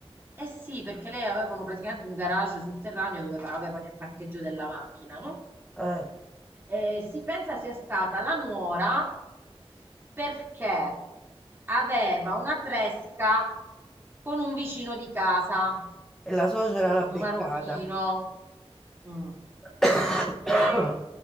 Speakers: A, on the right; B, in the centre.
A: Eh sì, perché lei avevano praticamente un garage sotterraneo dove pa- avevano il parcheggio della macchina, no?
B: Eh,
A: E si pensa sia stata la nuora perché aveva una tresca con un vicino di casa
B: e la suocera l'ha
A: un
B: beccata.
A: marocchino. Mm.
B: <coughs>
A: E,